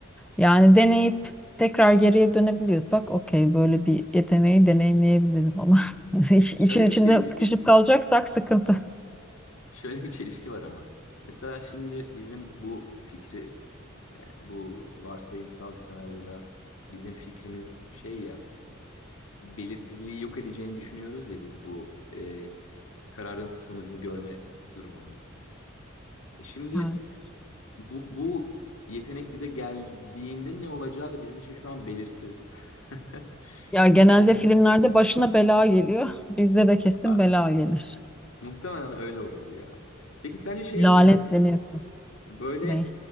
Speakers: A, in the centre; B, on the left.
A: Yani deneyip tekrar geriye dönebiliyorsak okey böyle bir yeteneği deneyimleyebilirim ama
B: Hı.
A: <laughs> iş- işin
B: Şöyle
A: içinde
B: bir çelişki,
A: sıkışıp kalacaksak sıkıntı.
B: <laughs> şöyle bir çelişki var ama. Mesela şimdi bizim bu fikri, e, bu varsayımsal bir senaryoda bizim fikrimiz şey ya. belirsizliği yok edeceğini düşünüyoruz ya biz bu e, kararın sonucunu görme durumunun. E şimdi
A: Evet.
B: bu bu yetenek bize geldiğinde ne olacağı da bizim için şu an belirsiz. <laughs>
A: Ya genelde
B: Yani
A: filmlerde başına bela geliyor. <laughs> Bizde de kesin
B: a-
A: bela gelir.
B: muhtemelen öyle olurdu ya. Peki sence şey
A: Lanetleniyorsun.
B: mi? Böyle
A: Ne?